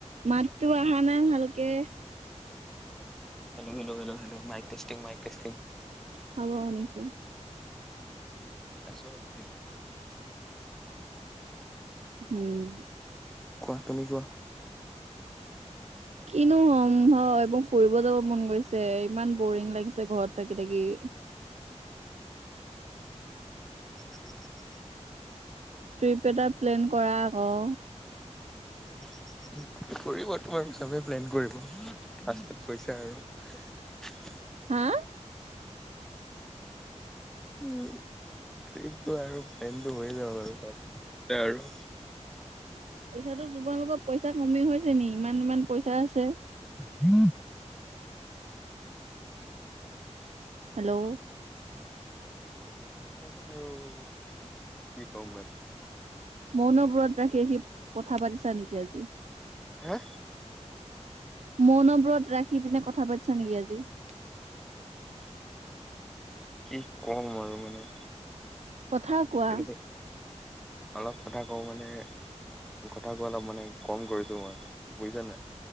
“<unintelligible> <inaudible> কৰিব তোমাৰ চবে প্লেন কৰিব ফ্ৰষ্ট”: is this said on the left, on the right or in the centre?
Centre